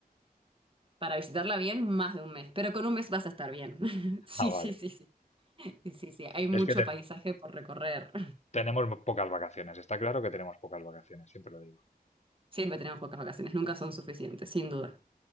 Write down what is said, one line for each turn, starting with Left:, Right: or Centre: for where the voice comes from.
Right: para visitarla bien, más de un mes, pero con un mes vas a estar bien. <laughs> Sí,
Left: Ah, vale.
Right: sí, sí, sí. Sí, sí, sí, hay mucho
Left: Es que te-
Right: paisaje por recorrer.
Left: tenemos pocas vacaciones, está claro que tenemos pocas vacaciones, siempre lo digo.
Right: Siempre tenemos pocas vacaciones, nunca son suficientes, sin duda.